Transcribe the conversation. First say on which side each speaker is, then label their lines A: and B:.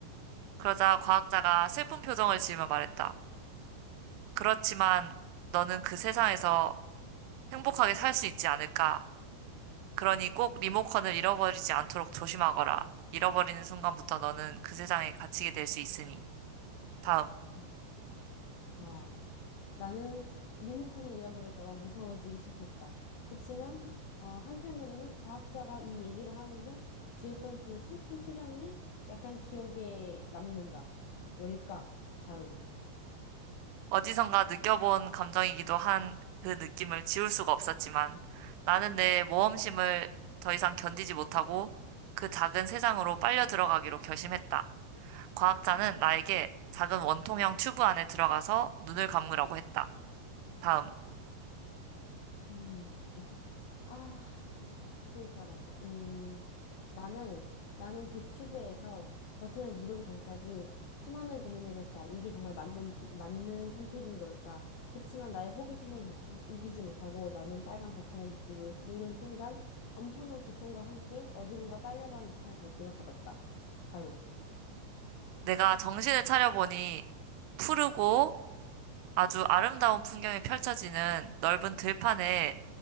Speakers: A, on the right (about 80°); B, on the left (about 75°).
A: 그러자 과학자가 슬픈 표정을 지으며 말했다. 그렇지만 너는 그 세상에서 행복하게 살 수 있지 않을까? 그러니 꼭 리모컨을 잃어버리지 않도록 조심하거라. 잃어버리는 순간부터 너는 그 세상에 갇히게 될 수 있으니. 다음.
B: 음. 아, 나는 리모컨을 잃어버릴까 봐 무서워지기 시작했다. 그치만 한- 어, 한편으로는 과학자가 이 얘기를 하는데 지었던 그 슬픈 표정이 약간 기억에 남는다. 왜일까? 다음.
A: 어디선가 느껴본 감정이기도 한 그 느낌을 지울 수가 없었지만 나는 내 모험심을 더 이상 견디지 못하고 그 작은 세상으로 빨려 들어가기로 결심했다. 과학자는 나에게 작은 원통형 튜브 안에 들어가서 눈을 감으라고 했다. 다음.
B: 음, 오케이. 아, 이제 튜브에 들어갔어 음, 나는, 나는 그 튜브에서 버튼을 누르기 전까지 수많은 고민을 했다. 이게 정말 맞는, 기, 맞는 선택인 걸까? 그치만 나의 호기심을 누- 이기지 못하고 나는 빨간 버튼을 누를, 누른 순간 엄청난 고통과 함께 어디론가 빨려간 듯한 느낌을 받았다. 다음.
A: 내가 정신을 차려보니 푸르고 아주 아름다운 풍경이 펼쳐지는 넓은 들판에